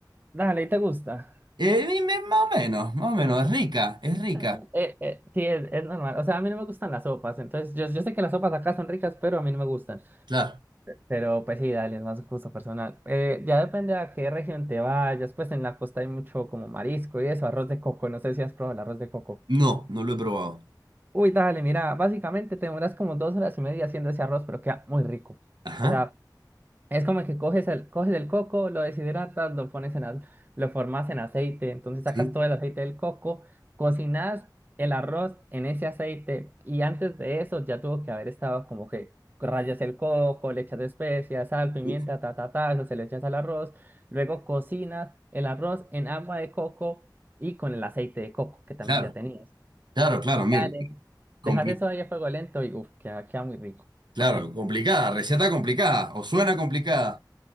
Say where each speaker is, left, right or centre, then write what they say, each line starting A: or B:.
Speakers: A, on the right; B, on the right.
A: Dale, ¿y te gusta?
B: Eh, dime, más o menos, más o menos, es rica, es rica.
A: Ah, eh, eh, sí, es, es normal. O sea, a mí no me gustan las sopas, entonces yo, yo sé que las sopas acá son ricas, pero a mí no me gustan.
B: Claro.
A: Pero pues sí, dale, es más gusto personal. Eh, ya depende a qué región te vayas, pues en la costa hay mucho como marisco y eso, arroz de coco, no sé si has probado el arroz de coco.
B: No, no lo he probado.
A: Uy, dale, mira, básicamente te demoras como dos horas y media haciendo ese arroz, pero queda muy rico.
B: Ajá,
A: O sea, Es como que coges el, coges el coco, lo deshidratas, lo pones en, a- lo formas en aceite, entonces
B: sí,
A: sacas todo el aceite del coco, cocinas el arroz en ese aceite y antes de eso ya tuvo que haber estado como que rayas el coco, le echas especias, sal, pimienta,
B: uf,
A: ta, ta, ta, eso se le echas al arroz, luego cocinas el arroz en agua de coco y con el aceite de coco que también
B: claro,
A: ya tenías.
B: claro, claro, mira.
A: Dale.
B: compli-
A: Dejas eso ahí a fuego lento y uff, queda, queda muy rico. ¿Para
B: claro,
A: qué?
B: complicada, receta complicada, o suena complicada.